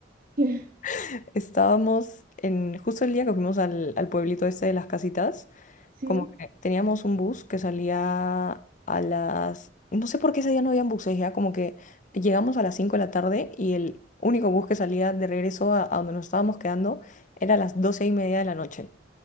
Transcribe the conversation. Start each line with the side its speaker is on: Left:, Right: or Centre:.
Right: que-
Left: <laughs> Estábamos en justo el día que fuimos al, al pueblito este de las casitas.
Right: <laughs>
Left: Como que
Right: sí,
Left: teníamos un bus que salía a las... No sé por qué ese día no habían buses ya, como que llegamos a las 5 de la tarde y el único bus que salía de regreso a, a donde nos estábamos quedando era a las 12 y media de la noche.